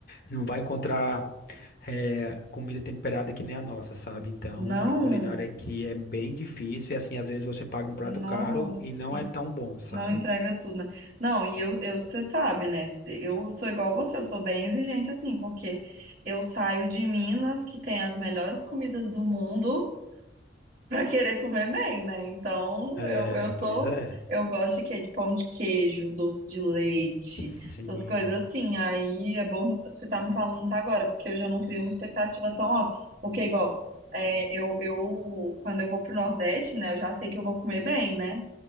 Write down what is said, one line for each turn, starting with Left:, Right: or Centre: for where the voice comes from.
Left: não vai encontrar eh, comida temperada que nem a nossa, sabe? Então
Right: Não,
Left: a culinária aqui é bem difícil e assim, às vezes você paga um prato
Right: nossa,
Left: caro e não
Right: e-
Left: é tão bom, sabe?
Right: não entrega tudo, né? Não, e eu, eu, você sabe, né? Eu sou igual a você, eu sou bem exigente assim, porque eu saio de Minas, que tem as melhores comidas do mundo. <laughs> para querer comer bem, né? Então,
Left: É,
Right: eu, eu sou.
Left: pois é.
Right: Eu gosto de quê? De pão de queijo, doce de leite,
Left: Sim,
Right: essas coisas assim. Aí é bom você tá você tá me falando isso agora, porque eu já não crio uma expectativa tão alta. Porque, igual, é, eu, eu, quando eu vou pro Nordeste, né, eu já sei que eu vou comer bem, né?